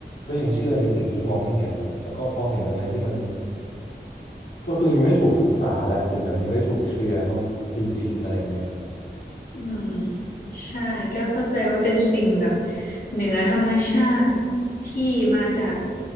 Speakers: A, on the left (about 85°); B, on the left (about 50°).
A: ก็ยังเชื่อในสิ่งที่มองไม่เห็นอะแล้วก็พอเห็นอะไรที่มันก็คือยังไม่ได้ถูกศึกษาแหละสิ่งนั้นยังไม่ได้ถูกเคลียร์เขาจริงๆอะไรเงี้ย
B: อืมใช่ก็เข้าใจว่าเป็นสิ่งแบบเหนือธรรมชาติที่มาจาก